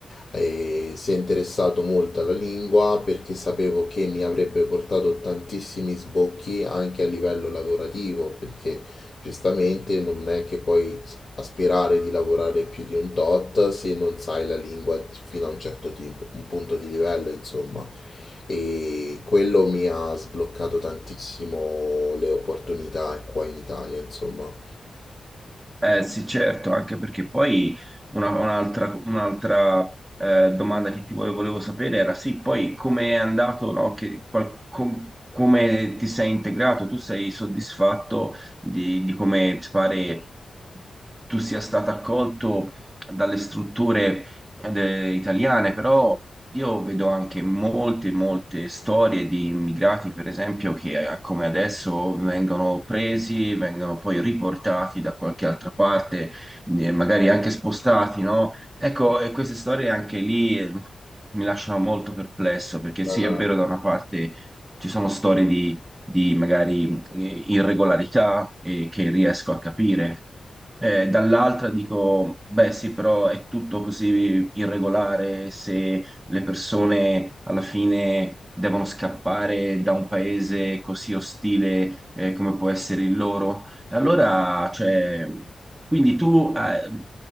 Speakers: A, on the left; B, on the right.
A: eh, si è interessato molto alla lingua perché sapevo che mi avrebbe portato tantissimi sbocchi anche a livello lavorativo, perché Giustamente non è che puoi s- aspirare di lavorare più di un tot se non sai la lingua fino a un certo tipo- un punto di livello, insomma. E quello mi ha sbloccato tantissimo le opportunità qua in Italia, insomma.
B: Eh sì, certo, anche perché poi una- un'altra un'altra, eh, domanda che ti volevo, volevo sapere era sì, poi come è andato, no? Che qual- com- come ti sei integrato? Tu sei soddisfatto di, di come ti pare tu sia stato accolto dalle strutture eh, de- italiane, però io vedo anche molte, molte storie di immigrati, per esempio, che eh, come adesso vengono presi, vengono poi riportati da qualche altra parte, eh, magari anche spostati, no? Ecco, e queste storie anche lì eh, mi lasciano molto perplesso, perché sì,
A: Ah,
B: è vero, da una parte ci sono storie di, di magari eh, irregolarità eh, che riesco a capire, eh, dall'altra dico, beh sì, però è tutto così irregolare se le persone alla fine devono scappare da un paese così ostile eh, come può essere il loro. E allora, cioè, quindi tu eh,